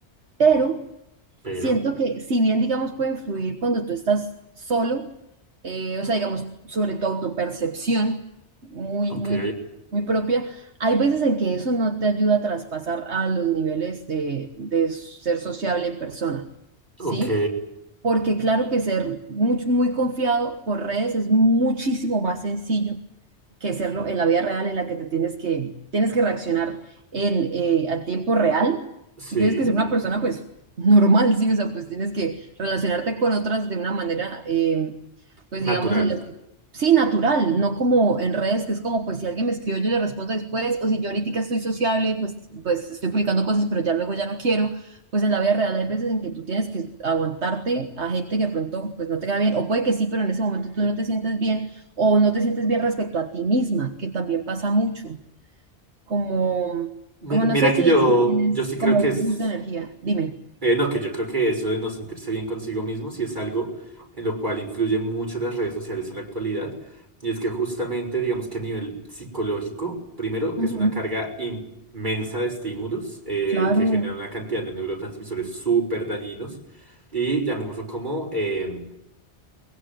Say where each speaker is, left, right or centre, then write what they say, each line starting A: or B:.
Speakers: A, on the right (about 75°); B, on the right (about 40°).
A: pero
B: Pero,
A: siento que si bien, digamos, puede influir cuando tú estás solo, eh, o sea, digamos, sobre tu autopercepción muy,
B: ok,
A: muy, muy propia, hay veces en que eso no te ayuda a traspasar a los niveles de, de ser sociable en persona,
B: ok,
A: ¿sí? porque claro que ser muy, muy confiado por redes es muchísimo más sencillo que serlo en la vida real en la que te tienes que, tienes que reaccionar en, eh, a tiempo real
B: sí,
A: y tienes que ser una persona pues normal, sí, o sea, pues tienes que relacionarte con otras de una manera, eh, pues
B: natural.
A: digamos, en las que, sí, natural, no como en redes, que es como pues si alguien me escribió yo le respondo después, o si yo ahorita estoy sociable, pues, pues estoy publicando cosas, pero ya luego ya no quiero, pues en la vida real hay veces en que tú tienes que aguantarte a gente que de pronto pues no te va bien, o puede que sí, pero en ese momento tú no te sientes bien o no te sientes bien respecto a ti misma, que también pasa mucho, como,
B: Mira,
A: como no
B: mira
A: sé si,
B: que yo,
A: si tienes
B: yo sí
A: como
B: creo que
A: un
B: es.
A: boost de energía, dime.
B: Eh, no, que yo creo que eso de no sentirse bien consigo mismo sí es algo en lo cual influyen mucho las redes sociales en la actualidad. Y es que justamente, digamos que a nivel psicológico, primero
A: Ujú,
B: es una carga inmensa de estímulos eh,
A: Claro,
B: que genera una cantidad de neurotransmisores súper dañinos y llamémoslo como em,